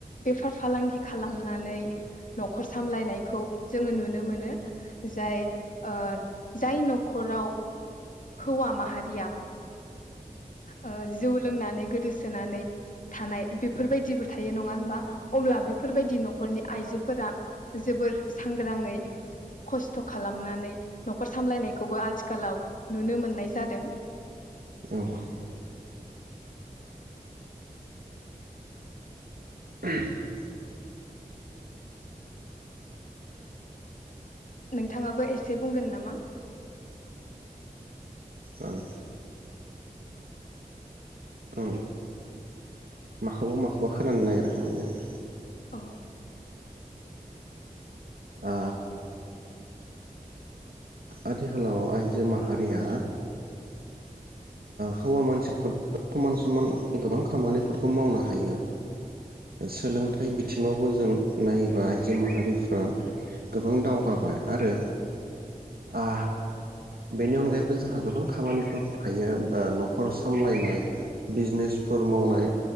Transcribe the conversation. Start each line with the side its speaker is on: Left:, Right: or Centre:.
Left: बेफार फालांगि खालामनानै न'खर सामलायनाय खौ जोङो नुनो मोनो। जाय ओ जाय न' न'खराव हौवा माहारिया ओ जौ लोंनानै गोदोसोनानै थानाय बेफोरबायदिबो थायो नङा होमबा? अब्ला बेफोरबायदि न'खरनि आइजोफोरा जोबोर सांग्राङै खस्थ खालामनानै नखर सामलायनायखौबो आथिखालाव नुनो मोननाय जादों
Right: औ औ <inaudible>
Left: नोंथाङाबो एसे बुंगोन नामा
Right: उम औ माखौबा माखौबा खानो नागिराखै माने आङो
Left: अ
Right: आ आथिखालाव आइजो माहारिया हौवा मानसिफोर समान समान गोबां खामानिफोरखौ मावनो हायो सोलोंथाइ
Left: औ
Right: बिथिङाव जों नायोबा आइजो माहारिफ्रा गोबां दावगाबाय आरो आ बेनि अनगायैबो जोंहा गोबां खामानिफोर थायो नखर सामलायनाय बिजनेसफोर मावनाय